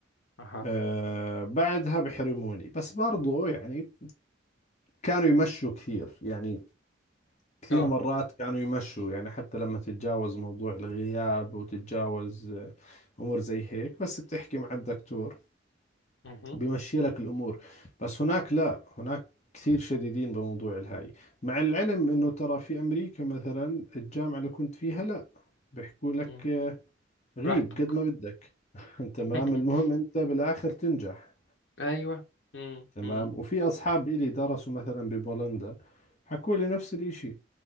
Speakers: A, on the left; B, on the left.
A: اها
B: آه بعدها بحرموني بس برضو يعني كانوا يمشوا كثير يعني كثير
A: اه
B: مرات كانوا يمشوا يعني حتى لما تتجاوز موضوع الغياب وتتجاوز آه، أمور زي هيك بس بتحكي مع الدكتور
A: مهم.
B: بيمشي لك الأمور بس هناك لا هناك كثير شديدين بموضوع الهاي مع العلم إنه ترى في أمريكا مثلا الجامعة اللي كنت فيها لا بيحكوا لك
A: مم.
B: آه، غيب
A: براحتك
B: قد ما بدك <laughs> تمام
A: <laughs>
B: المهم أنت بالآخر تنجح
A: ايوه مم.
B: تمام
A: مم.
B: وفي أصحاب إلي درسوا مثلا ببولندا حكوا لي نفس الإشي